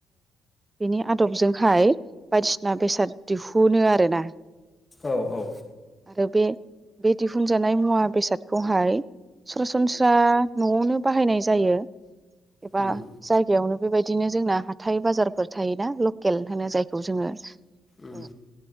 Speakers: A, on the right (about 20°); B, on the left (about 25°).
A: बेनि आदबजोंहाय बायदिसिना बेसाद दिहुनो आरोना
B: औ औ
A: आरो बे बे दिहुनजानाय मुवा बेसादखौहाय सरासनस्रा न'आवनो बाहायनाय जायो एबा
B: उम
A: जायगायावनो बेबायदिनो जोंना हाथाइ बाजारफोर थायोना लकेल होनो जायखौ जोङो ओ
B: उम